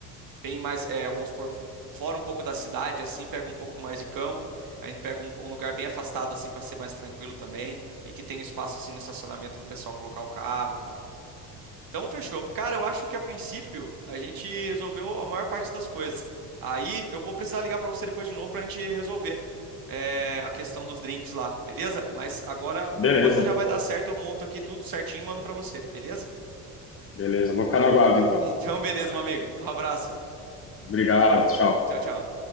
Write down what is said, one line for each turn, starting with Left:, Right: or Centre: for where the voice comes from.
Right: Tem mais, é, vamos supor, fora um pouco da cidade, assim, pega um pouco mais de campo, a gente pega um, um lugar bem afastado, assim, para ser mais tranquilo também, e que tem espaço, assim, no estacionamento para o pessoal colocar o carro e tal. Então, fechou. Cara, eu acho que a princípio a gente resolveu a maior parte das coisas. Aí eu vou precisar ligar para você depois de novo para a gente resolver é, a questão dos drinks lá, beleza? Mas agora, por
Left: Beleza,
Right: enquanto, já vai dar certo. Eu monto aqui tudo certinho e mando para você, beleza? <laughs>
Left: beleza. Vou ficar no aguardo então.
Right: Então, beleza, meu amigo. Um abraço.
Left: Obrigado, tchau.
Right: Tchau, tchau.